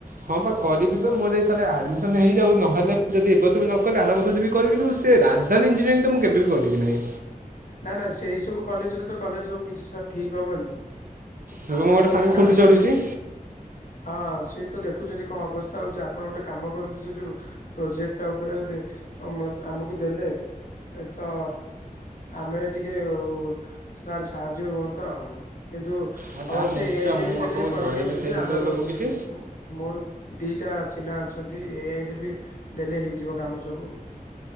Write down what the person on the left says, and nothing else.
ନା ନା ସେଇ ସବୁ କଲେଜରେ ତ କଲେଜ ସବୁ କିଛି ସାର୍ ଠିକ ହବନି।
ଆପଣ
କାମ
ହଁ ସେ ତ ଦେଖୁଛନ୍ତି କଣ ଅବସ୍ଥା ହଉଛି ଆପଣ ଗୋଟେ କାମ କରନ୍ତୁ ସେ ଯୋଉ ପ୍ରୋଜେକ୍ଟ ଟା ଉପରେ ଦେ ଆ ଆମ ଆମକୁ ଦେଲେ ତ ଆମେ ଟିକେ ଉ ସାର୍ ସାହାଯ୍ୟ ହୁଅନ୍ତା ଆଉ କିନ୍ତୁ ଅବଶ୍ୟ
ଏ ଆଇ ରେ
ବି ଦେଲେ
କରିଦିଅନ୍ତୁ
ଯେ
ଆମର
ଉଁ ମୋର ଦିଟା ଚିହ୍ନା ଅଛନ୍ତି ଏଆଇ ରେ ବି ଦେଲେ ହେଇଯିବ କାମ ସବୁ।